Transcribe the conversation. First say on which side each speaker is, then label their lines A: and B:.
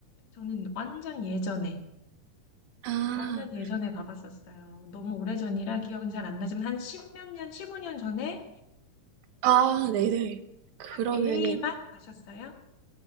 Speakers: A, on the left; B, on the right.
A: 저는 완전 예전에,
B: 아,
A: 완전 예전에 가봤었어요. 너무 오래전이라 기억은 잘 안 나지만 한 십몇 년, 십오 년 전에
B: 아, 네네. 그러면은
A: 딱 LA만 가셨어요?